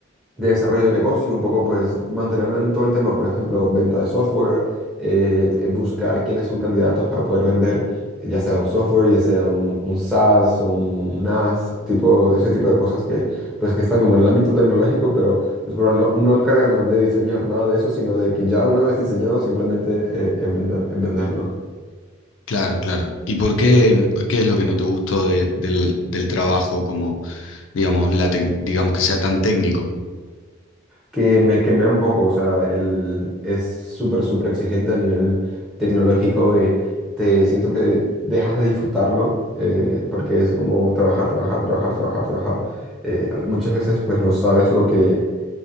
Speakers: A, in the centre; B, on the left.
A: de desarrollo de negocio, un poco pues mantenerme en todo el tema, por ejemplo, venta de software, eh, eh, buscar quiénes son candidatos para poder vender, eh, ya sea un software, ya sea un, un SaaS, un NAS, tipo, ese tipo de cosas que pues que están como en el ámbito tecnológico, pero, pues, pero no, no encargarnos de diseñar nada de eso, sino de que ya una vez diseñado, simplemente eh, en vender, en venderlo.
B: Claro, claro. ¿Y por qué, qué es lo que no te gustó de- del, del trabajo como, digamos, la tec- digamos que sea tan técnico?
A: que me quemé un poco, o sea, el, es súper, súper exigente a nivel tecnológico, que te siento que dejas de disfrutarlo, eh, porque es como trabajar, trabajar, trabajar, trabajar, trabajar. Eh, al- muchas veces pues no sabes lo que,